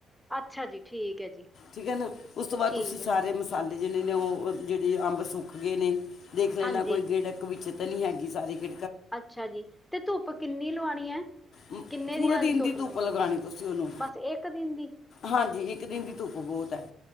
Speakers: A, in the centre; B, on the left.
A: ਅੱਛਾ ਜੀ ਠੀਕ ਹੈ ਜੀ
B: ਠੀਕ ਹੈ ਨਾ ਉਸ ਤੋਂ ਬਾਦ
A: ਠੀਕ
B: ਤੁਸੀਂ
A: ਹੈ
B: ਸਾਰੇ ਮ ਸਾਲੇ ਜਿਹੜੇ ਨੇ ਉਹ ਜਿਹੜੇ ਅੰਬ ਸੁੱਕ ਗਏ ਨੇ ਦੇਖ ਲੈਂਣਾ
A: ਹਾਂਜੀ
B: ਕੋਈ ਗੇੜਕ ਵਿੱਚ ਤਾਂ ਨਹੀਂ ਹੈਗੀ ਸਾਰੀ ਕਿ
A: ਅੱਛਾ ਜੀ ਤੇ ਧੁੱਪ ਕਿੰਨੀ ਲਵਾਣੀ ਹੈ ਕਿੰ
B: ਮ-
A: ਕਿੰਨੇ
B: ਪੂਰੇ
A: ਦਿਨਾਂ
B: ਦਿਨ
A: ਦੀ ਧੁੱਪ ਲਵਾਣੀ
B: ਲਗਾਣੀ
A: ਐ
B: ਤੁਸੀਂ ਉਹਨੂੰ
A: ਬਸ ਇੱਕ ਦਿਨ ਦੀ
B: ਹਾਂਜੀ ਇੱਕ ਦਿਨ ਦੀ ਧੁੱਪ ਬੋਤ ਹੈ